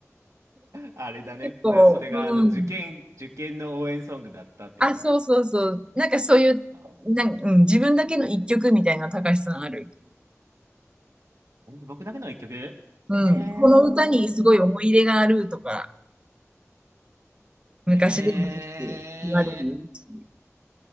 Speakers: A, on the right (about 70°); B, on the right (about 20°).
A: あれだね。
B: 結構、
A: だからそれがあの受験、
B: うん。
A: 受験の応援ソングだったってことだ。
B: あ、そうそうそう。なんかそういう、
A: あー
B: なんうん、自分だけの一曲みたいな、高橋さんある。
A: え僕だけの一曲
B: うん、
A: えー、
B: この歌にすごい思い入れがあるとか、昔でもいいし、
A: え
B: 言われるし。